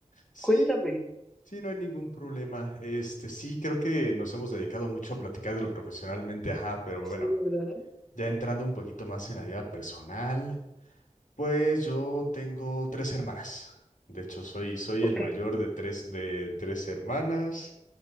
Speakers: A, on the left; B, in the centre.
A: Sí,
B: Cuéntame.
A: sí, no hay ningún problema. Este, sí, creo que nos hemos dedicado mucho a platicar de lo profesionalmente, ajá, pero
B: Sí,
A: bueno,
B: ¿verdad?
A: ya entrando un poquito más en la vida personal, pues yo tengo tres hermanas. De hecho, soy, soy
B: Ok.
A: el mayor de tres, de tres hermanas,